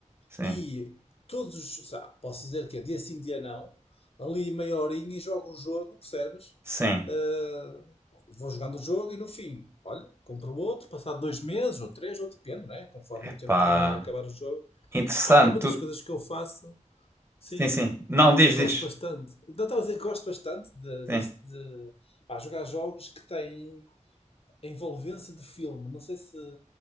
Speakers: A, on the right (about 20°); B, on the left (about 50°).
A: Sim.
B: E todos os. posso dizer que é dia sim, dia não. Ali meia horinha e jogo o jogo, percebes?
A: Sim.
B: Ah, vou jogando o jogo e no fim, olha, compro outro, passado dois meses ou três, ou depende, né? Conforme
A: Epá,
B: o tempo que demora a acabar o jogo.
A: interessante.
B: Pá, é uma das
A: Tu...
B: coisas que eu faço, sim,
A: Sim, sim. Não, diz, diz.
B: gosto bastante. Não estava a dizer que gosto bastante de, desse-
A: Sim.
B: de, pá, jogar jogos que têm a envolvência de filme. Não sei se.